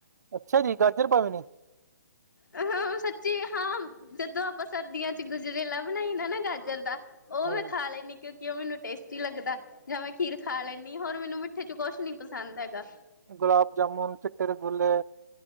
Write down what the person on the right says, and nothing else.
ਅੱਛਾ ਜੀ। ਗਾਜਰ ਪਾਵੇ
ਹੂੰ
ਗੁਲਾਬ ਜਾਮੁਨ, ਚਿੱਟੇ ਰਸਗੁੱਲੇ